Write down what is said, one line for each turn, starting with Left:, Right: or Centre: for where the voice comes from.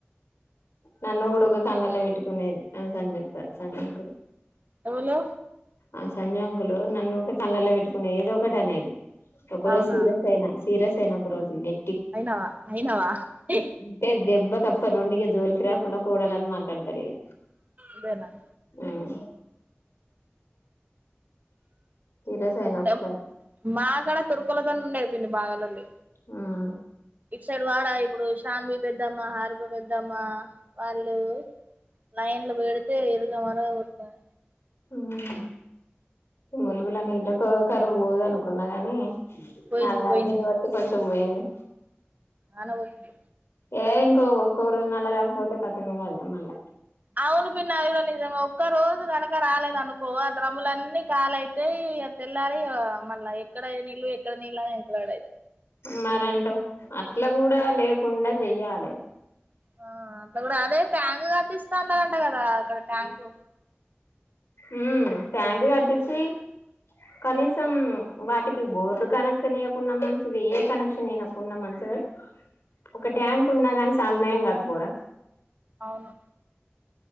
Left: నన్ను గుడ కళ్ళల్లో పెట్టుకునేది సంగీత సంగంకురు
Right: ఎవలు
Left: ఆ సంజు అంకులు నన్ను కళ్ళల్లో పెట్టుకునే ఏదో ఒకటనేది ఒక
Right: అవునా
Left: రోజు సీరియస్ అయిన సీరియస్ అయిన ఒక రోజు డి
Right: అయినవా అయినవా హి
Left: తే దెబ్బకి అప్ప నుండి ఏ జోలికి రకుండా కూడాలని మాట్లాడతాడు ఇయ
Right: ఇదేనా
Left: ఉమ్ సీరియస్
Right: బాగుండే
Left: అయినా ఒకసారి
Right: మాకాడ తురుకులతోనే పిన్ని బాలుంది
Left: ఉమ్
Right: ఇటుసైడ్ వాడా ఇప్పుడు షాన్బి పెద్దమ్మా హారిబ పెద్దమా వాళ్ళు లైన్ల పెడితే ఇరగ మరగ కొడుతుంది
Left: ఉమ్ ములుగులని ఇళ్ళకో ఒకరు ఊర అనుకున్న గాని
Right: పోయింది
Left: అ నది
Right: పోయింది
Left: ఒకటి కొంచం పోయింది
Right: నాన్న పోస్తూ
Left: ఏ ఇంకో ఒక్కొరు నల రాగపోతే కథమెగారా మల్ల
Right: అవును పిన్న అవన్ని నిజంగా ఒక్క రోజు కనుక రాలేదనుకో అసల డ్రములు అన్నీ కాలయితే య తెల్లారిగ మళ్ళ ఎక్కడ నీళ్ళు ఎక్కడ నీళ్ళ అని ఎంకులాడేది
Left: మరింటవ్ అట్ల కూడా లేకుండా చెయ్యాలే
Right: ఆ అట్ల కూడా అదే ట్యాంకు కట్టిస్తాన్నరంట కదా అక్కడ ట్యాంకు
Left: ఉమ్ ట్యాంక్ కట్టిచ్చి కనీసం వాటికి బోర్డు కనెక్షన్ ఇయకున్నా మంచిది ఏ కనెక్షన్ ఐనా ఉన్న మంచిది ఒక ట్యాంక్ ఉన్నా గాని చాల నయం కాకపోరా
Right: అవును